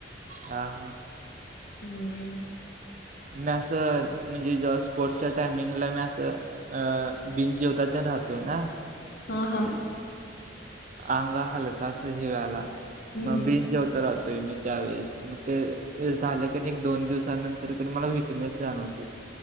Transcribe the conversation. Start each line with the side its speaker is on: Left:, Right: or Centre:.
Right: हा हा.
Left: हम्म.
Right: म असं म्हणजे जेव्हा स्पोर्ट्सच्या टायमिंगला मी असं. अ बिन जेवता त्यां राहतोय ना.
Left: हा हा.
Right: अंग हलका अस हेवाला मग
Left: हम्म
Right: बिन जेव राहतोय मी त्यावेेळेस मग ते झालं क एक दोन दिवसानंतर क मला विकनेस जाणवतोय. <inaudible>